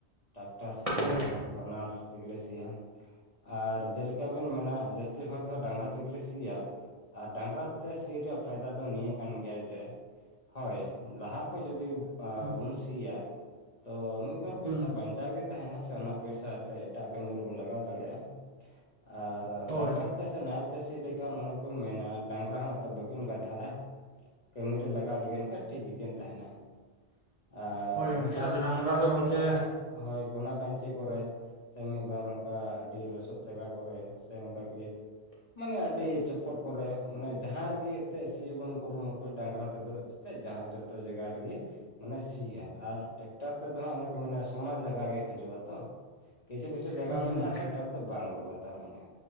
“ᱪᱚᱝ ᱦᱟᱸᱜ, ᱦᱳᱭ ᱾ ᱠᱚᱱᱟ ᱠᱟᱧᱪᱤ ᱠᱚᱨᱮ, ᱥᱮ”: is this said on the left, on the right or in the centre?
Left